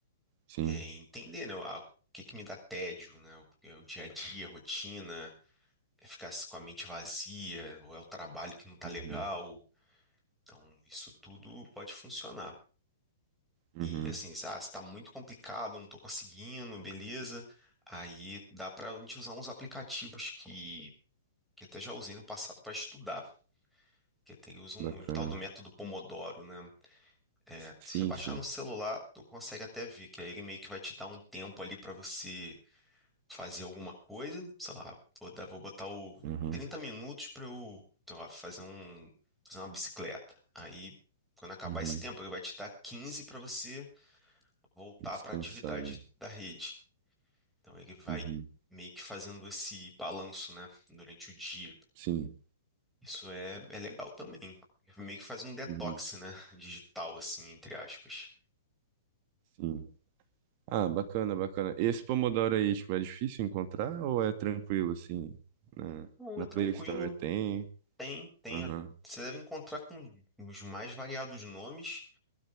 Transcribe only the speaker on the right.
sim,
uhum,
uhum,
bacana,
sim,
sim,
uhum,
uhum,
descansarem,
uhum,
sim,
uhum,
sim. Ah, bacana, bacana. Esse Pomodoro aí, tipo, é difícil encontrar ou é tranquilo, assim, na,
na
Play Store tem?
Aham,